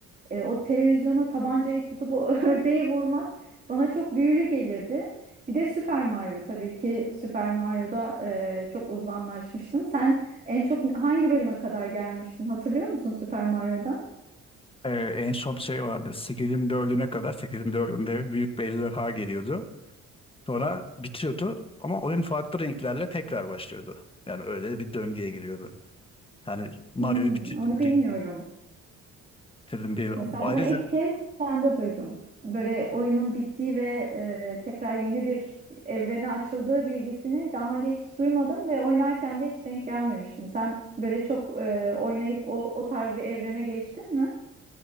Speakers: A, on the right; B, on the left.
A: e, o televizyona tabancayı tutup o <laughs> ördeği vurmak bana çok büyülü gelirdi. Bir de Super Mario tabii ki Super Mario'da e, çok uzmanlaşmıştım. Sen en çok hangi bölüme kadar gelmiştin? Hatırlıyor musun Super Mario'da?
B: E, en son şey vardı. 8'in dördüne kadar 8'in dördünde büyük bir ejderha geliyordu. Sonra bitiyordu ama oyun farklı renklerle tekrar başlıyordu. Yani öyle bir döngüye giriyordu. Yani Mario'yu
A: Hmm,
B: bitirdim
A: onu bilmiyorum.
B: diye bitirdim diye.
A: Mesela
B: Ayrıca
A: bunu ilk kez sende duydum. Böyle oyunun bittiği ve e, tekrar yeni bir evrene açıldığı bilgisini daha önce hiç duymadım ve oynarken de hiç denk gelmemiştim. Sen böyle çok e, oynayıp o, o tarz bir evrene geçtin mi?